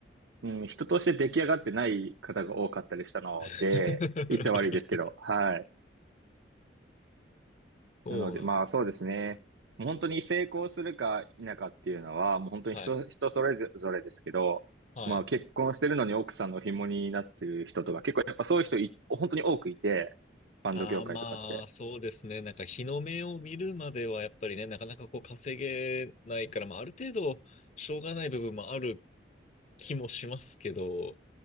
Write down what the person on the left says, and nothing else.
<laughs>
そうなんです。
はい。
はい。
ああ、まあ、そうですね。なんか日の目を見るまでは、やっぱりね、なかなかこう稼げないから、まあ、ある程度、しょうがない部分もある気もしますけど、